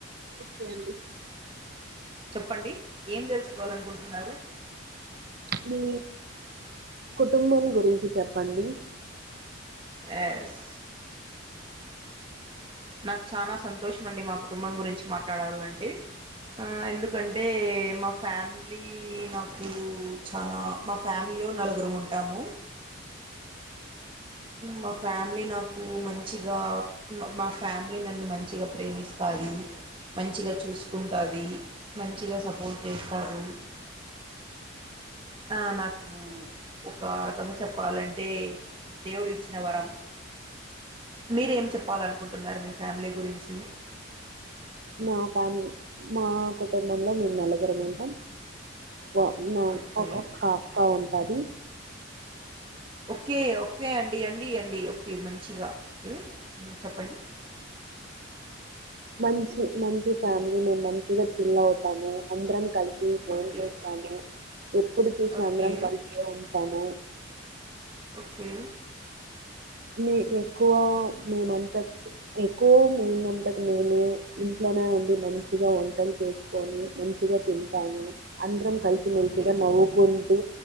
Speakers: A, on the right (about 50°); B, on the right (about 25°).
A: ఒకే అండి
B: చెప్పండి ఏం తెలుస్కోవాలనుకుంటున్నారు
A: మీ కుటుంబం గురించి చెప్పండి
B: ఎస్ నాక్ చానా సంతోషం అండి మా కుటుంబం గురించి మాట్లాడాలంటే ఆ ఎందుకంటే మా ఫ్యామిలీ నాకు చానా మా ఫ్యామి లో నలుగురం ఉంటాము మా ఫ్యామిలీ నాకు మంచిగా మా ఫ్యామిలీ నన్ను మంచిగా ప్రేమిస్తాది మంచిగా చూస్కుంటాది మంచిగా సపోర్ట్ చేస్తారు ఆ నాకు ఒక రకంగ చెప్పాలంటే దేవుడు ఇచ్చిన వరం మీరేం చెప్పాలనుకుంటున్నారు మీ ఫ్యామిలీ గురించి
A: మా ఫ్యామి మా కుటుంబంలో మేం నలుగురం ఉంటాం వ నా
B: ఓకే
A: ఒక ఒక అక్క ఉంటాది
B: ఓకే ఓకే అండి అండి అండి ఒకే మంచిగా ఒకే మ్ చెప్పండి
A: మంచి మంచి ఫ్యామిలీ మేం మంచిగా చిల్ అవుతాము అందరం కలి సి బొంచేస్తాము
B: ఓకే
A: ఎప్పుడు చూసిన
B: ఓకే
A: అందరం కలిసే ఉంటాము.
B: ఓకే.
A: మీ ఎక్కువ మేమంతకు ఎక్కువ మేమంతక్. నేను. ఇంట్లోనే ఉండి మంచిగా వంటలు చేసుకొని మంచిగా తింటాము అందరం కలిసిమెలిసిగా
B: ఓకే
A: నవ్వుకుంటూ